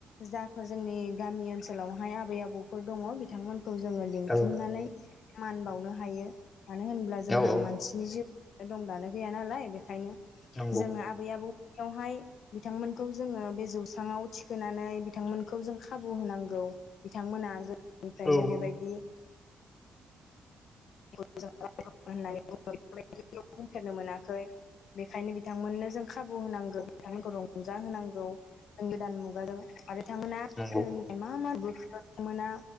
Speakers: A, on the left (about 65°); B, on the left (about 30°).
A: जाफोर जोंनि गामि ओनसोलावहाय आबै आबौफोर दङ बिथांमोनखौ। खौ जोङो लिंथुमनानै
B: औ
A: मान बावनो हायो मानो होनोब्ला जोंहा
B: औ औ
A: मानसिनि जिउ। दं दानो गैया नालाय बेखायनो।
B: नंगौ
A: जोङो आबै आबौ। बेवहाय बिथांमोन। खौजोंङो बे जौस्रांआव थिग। होनानै बिथांमोनखौ जों खाबु होनांगौ। गौ बिथांमोना गो निफ्रायनो
B: औ
A: बेबायदि। <unintelligible> होननाय <unintelligible> बुंफेरनो मोनाखै बेखायनो बिथांमोननो। जों खाबु होनांगोन। बिथांमोनखौ रं रंजाहोनांगौ जों गोदान मुगाजों आरो। बिथांमोना <unintelligible>
B: नंगौ
A: मा मा नुबोखो बिथांमोना।